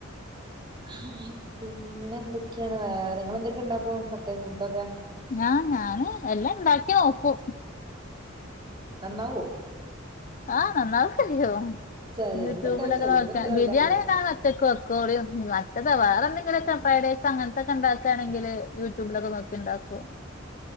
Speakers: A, on the right; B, on the left.
A: <unintelligible> പിന്നെന്തൊക്കെയാണ് വേറെ ങ്ങളെന്തൊക്കെ ഇണ്ടാക്കും പ്രത്യേം ഫുഡൊക്കെ
B: ഞാ ഞാന് എല്ലാം ഇണ്ടാക്കി നോക്കും
A: നന്നാവോ
B: ആഹ് നന്നാവൊക്ക ചെയ്യും
A: ചെലേന്ന്
B: യൂട്യൂബിലൊക്ക
A: റെഡിയാവും ചെലേന്ന്
B: നോക്ക
A: റെഡിയാവൂല
B: ബിരിയാണി
A: അല്ലെ
B: ഞാനൊറ്റക്ക് വെക്കും കോഴിയും മറ്റത് വേറെന്തെങ്കിലൊക്കെ ഫ്രൈഡ് റൈസങ്ങനത്തെക്കെണ്ടാക്ക് ആണെങ്കില് യൂട്യൂബിലൊക്ക നോക്കിണ്ടാക്കൂ